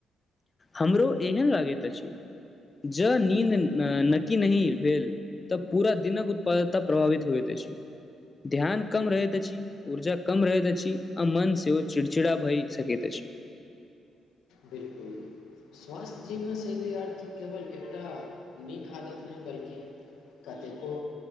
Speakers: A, on the left; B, on the left.
A: हमरो एहेन लागे ज नीन्द नकी नहि भेल तऽ पूरा दिनक उत्पादता प्रभावित होइत अछि ध्यान कम रहैत अछि ऊर्जा कम रहैत अछि आ मन सेहो चिड़चिड़ा भय सकैत अछि।
B: बिलकुल स्वास्थ्य जीवनशैली अर्थ केवल एकटा नीक आदत नहि बल्कि कतेको